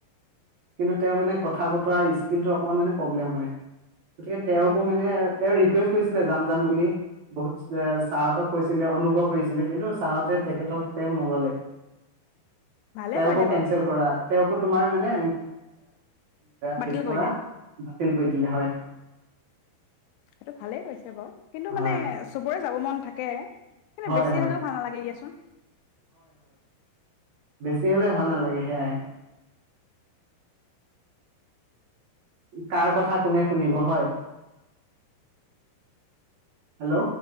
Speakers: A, on the right; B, on the left.
A: কিন্তু তেওঁ মানে কথা বতৰা স্কিলটো অকমান মানে প্ৰব্লেম হয়। গতিকে তেওঁকো
B: অ
A: মানে তেওঁ ৰিকুৱেষ্ট কৈছিলে যাম যাম বুলি। বহুত ছাহঁতক কৈছিলে অনুভৱ কৰিছিলে কিন্তু ছাওঁতে তেখেতক তেওঁ ন ললে
B: ভালে
A: তেওঁকো
B: কৰিলে
A: কেনচেল
B: বাৰু
A: কৰা তেওঁকো তোমাৰ মানে
B: বাতিল
A: হেৰি
B: কৰিলে
A: পৰা কৰি দিলে হয়।
B: সেইটো ভালেই কৈছে বাৰু কিন্তু
A: হয়
B: মানে চুবৰে যাব মন থাকে কিন্তু
A: হয়
B: বেছি
A: হয়
B: হলেও ভাল নালাগে দিয়াচোন
A: তে হ'লে ভাল নালাগে সেয়াই কাৰ কথা কোনে শুনিব হয় হেল্ল'